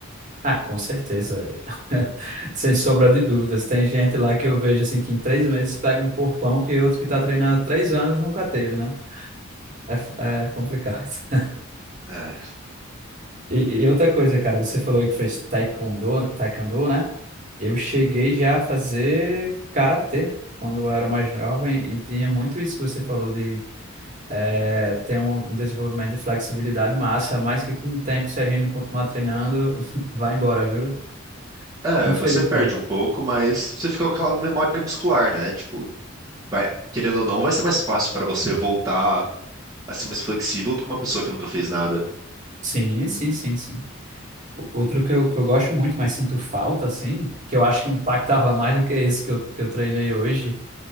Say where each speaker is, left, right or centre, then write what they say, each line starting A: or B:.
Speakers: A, on the right (about 40°); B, on the right (about 20°).
A: Ah, com certeza. <laughs> Sem sombra de dúvidas. Tem gente lá que eu vejo assim que em três meses pega um corpão que outro que tá treinando há três anos nunca teve, né? É, é complicado. <laughs>
B: É.
A: E, e outra coisa, cara, você falou aí que fez taekwondo, taekwondo, né? Eu cheguei já a fazer karatê quando eu era mais jovem e tinha muito isso que você falou de eh, ter um um desenvolvimento de flexibilidade massa, mas que com o tempo, se a gente não continuar treinando, <laughs> vai embora, viu?
B: É,
A: Infelizmente.
B: você perde um pouco, mas você fica com aquela memória muscular, né? Tipo, vai, querendo ou não, vai ser mais fácil pra você voltar a ser mais flexível do que uma pessoa que nunca fez nada.
A: Sim, sim, sim, sim. O- Outro que eu, que eu gosto muito, mas sinto falta, assim, que eu acho que impactava mais do que esse que eu, que eu treinei hoje